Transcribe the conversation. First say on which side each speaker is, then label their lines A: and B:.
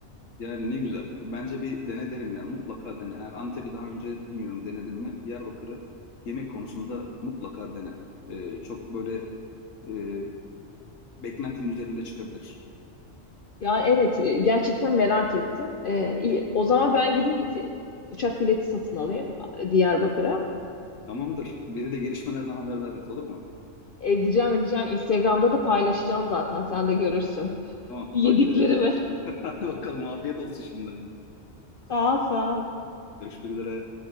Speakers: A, on the left (about 80°); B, on the left (about 50°).
A: Yani ne güzel. Bence bir dene derim yani. Mutlaka dene. Eğer Antep'i daha önce bilmiyorum denedin mi? Diyarbakır'ı yemek konusunda mutlaka dene. Ee, çok böyle e, beklentinin üzerinde çıkabilir.
B: Yani evet e, gerçekten merak ettim. Ee, iyi. O zaman ben gideyim bir te- uçak bileti satın alayım e, Diyarbakır'a.
A: Tamamdır. Beni de gelişmelerden haberdar et olur mu?
B: Edeceğim edeceğim. Instagram'da da paylaşacağım zaten. Sen de görürsün. <laughs>
A: Tamam,
B: Yediklerimi.
A: takip ederim.
B: <laughs>
A: <laughs> Hadi bakalım afiyet olsun şimdi.
B: Sağ ol, sağ ol.
A: Görüşmek üzere.